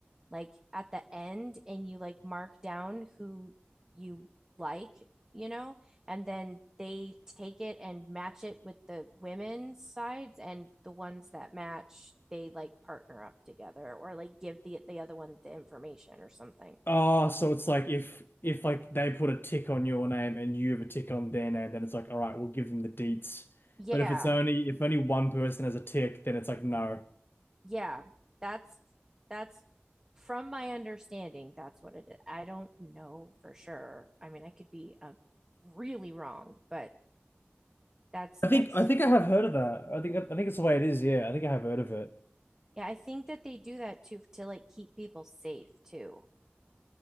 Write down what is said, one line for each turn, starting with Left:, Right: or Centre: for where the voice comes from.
Right: like at the end and you like mark down who you like, you know, and then they take it and match it with the women's sides and the ones that match, they like partner up together or like give the the other one the information or something.
Left: Oh, so it's like if if like they put a tick on your name and you have a tick on their name, then it's like, all right, we'll give them the deets.
Right: Yeah.
Left: But if it's only if only one person has a tick, then it's like no.
Right: Yeah. That's that's from my understanding, that's what it is. I don't know for sure. I mean, I could be uh, really wrong, but that's
Left: I think
Right: that's
Left: I think I have heard of that. I think I think it's the way it is, yeah. I think I have heard of it.
Right: Yeah, I think that they do that too to like keep people safe too,